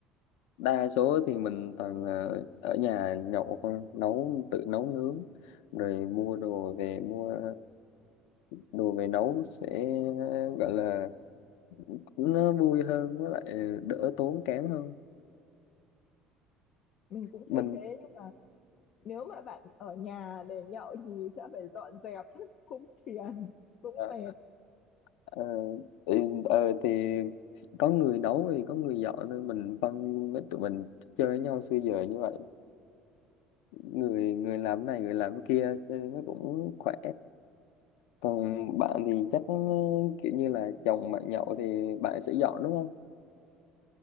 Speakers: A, on the left; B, on the left.
A: đa số thì mình toàn là ở nhà nhậu thôi nấu tự nấu nướng rồi mua đồ về mua đồ về nấu sẽ gọi là nó vui hơn với lại đỡ tốn kém hơn
B: mình cũng
A: mình
B: thấy thế nhưng mà Nếu mà bạn ở nhà để nhậu thì sẽ phải dọn dẹp <laughs> cũng phiền, cũng
A: ờ,
B: mệt.
A: ờ, ừ, ờ, thì có người nấu thì có người dọn thôi mình phân với tụi mình chơi với nhau xưa giờ như vậy người người làm cái này người làm cái kia cho nên nó cũng khỏe còn bạn thì chắc ờ, kiểu như là chồng bạn nhậu thì bạn sẽ dọn đúng không